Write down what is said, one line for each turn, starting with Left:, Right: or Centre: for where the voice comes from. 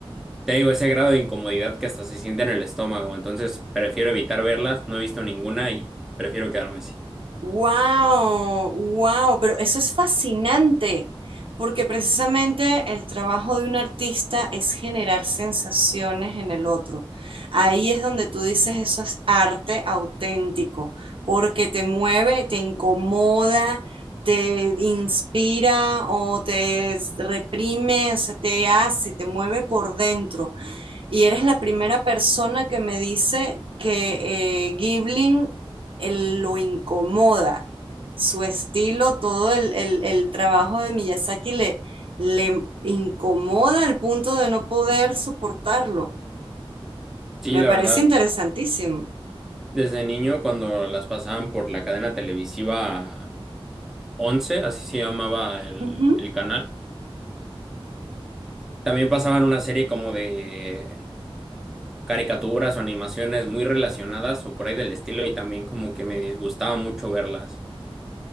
Centre: Te digo, ese grado de incomodidad que hasta se siente en el estómago, entonces prefiero evitar verlas, no he visto ninguna y prefiero quedarme así.
Right: wow, wow, pero eso es fascinante, porque precisamente el trabajo de un artista es generar sensaciones en el otro. Ahí es donde tú dices eso es arte auténtico, porque te mueve, te incomoda, te inspira o te reprime, o sea, te hace, te mueve por dentro Y eres la primera persona que me dice que eh, Gibling él lo incomoda. Su estilo, todo el, el- el trabajo de Miyazaki le, le incomoda al punto de no poder soportarlo.
Centre: Sí,
Right: Me
Centre: la
Right: parece
Centre: verdad,
Right: interesantísimo.
Centre: desde niño cuando las pasaban por la cadena televisiva Once, así se llamaba el,
Right: Ujú.
Centre: el canal, también pasaban una serie como de caricaturas o animaciones muy relacionadas o por ahí del estilo y también como que me disgustaba mucho verlas.